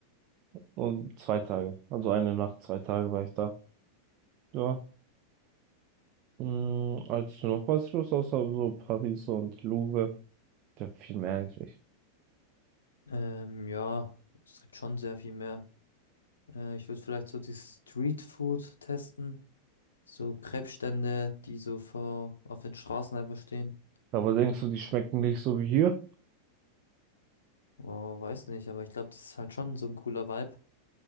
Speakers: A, on the right; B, on the left.
A: und zwei Tage. Also eine Nacht, zwei Tage war ich da. Ja, mh, als noch was los, außer so Paris und Louvre. Ja, viel mehr eigentlich.
B: Ähm, ja, es gibt schon sehr viel mehr. Äh, ich würde vielleicht so die Street Food testen. So Krebsstände, die so vor auf den Straßen einfach stehen.
A: Aber denkst du, die schmecken nicht so wie hier?
B: Oh, weiß nicht, aber ich glaube, das ist halt schon so ein cooler Vibe.